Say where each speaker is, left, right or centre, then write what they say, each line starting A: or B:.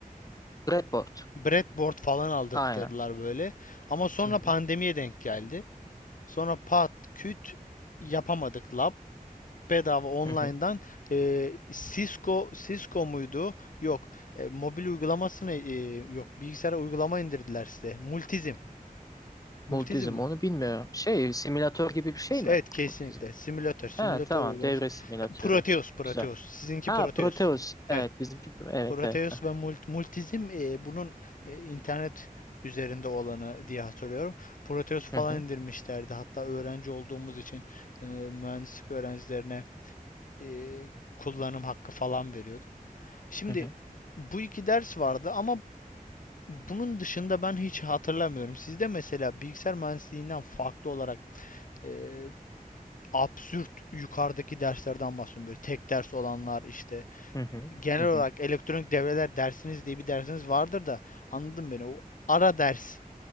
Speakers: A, on the left (about 25°); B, on the left (about 65°).
A: Breadboard.
B: Breadboard falan aldırttılar
A: Aynen.
B: böyle. Ama sonra
A: Hı hı.
B: pandemiye denk geldi. Sonra pat küt yapamadık lab. bedava online'dan
A: Hı hı.
B: e, Cisco Cisco muydu? Yok. E, mobil uygulamasını e, yok. Bilgisayara uygulama indirdiler size. Multizm. Multizm
A: Multizm
B: mi?
A: onu bilmiyorum. Şey simülatör gibi bir şey
B: Evet
A: mi?
B: kesinlikle.
A: Multizm.
B: Simülatör. Simülatör
A: Ha tamam
B: uygulaması.
A: devre simülatörü.
B: Proteus. Proteus.
A: Güzel.
B: Sizinki
A: Ha
B: Proteus.
A: Proteus. Evet
B: Evet.
A: bizimki. Evet
B: Proteus
A: evet.
B: ve Mult- Multizm e, bunun e, internet üzerinde olanı diye hatırlıyorum. Proteus falan
A: Hı
B: indirmişlerdi. Hatta öğrenci olduğumuz için e, mühendislik öğrencilerine e, kullanım hakkı falan veriyorduk. Şimdi
A: Hı hı.
B: bu iki ders vardı ama bunun dışında ben hiç hatırlamıyorum. Sizde mesela bilgisayar mühendisliğinden farklı olarak eee, absürt yukarıdaki derslerden bahsediyorum. Böyle tek ders olanlar işte
A: Hı hı.
B: genel
A: Hı hı.
B: olarak
A: Hı hı.
B: elektronik devreler dersiniz diye bir dersiniz vardır da anladın beni. O ara ders,